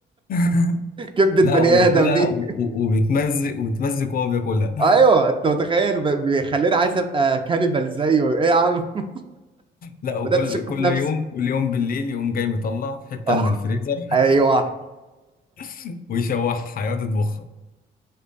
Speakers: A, on the left; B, on the right.
A: <laughs>
B: <laughs> كبده بني
A: لا وياكلها
B: ادم دي
A: و- و- وبيتمزق وبيتمزق وهو بياكلها
B: ايوه انت متخيل ب- بيخليني عايز ابقى كانيبال زيه ايه يا عم <laughs>
A: لا وكل
B: بدات اشك
A: كل
B: في نفسي
A: يوم
B: <laughs>
A: كل يوم بالليل يقوم جاي مطلع حتة
B: آه،
A: من الفريزر
B: ايوه
A: <laughs> ويشوحها يقعد يطبخها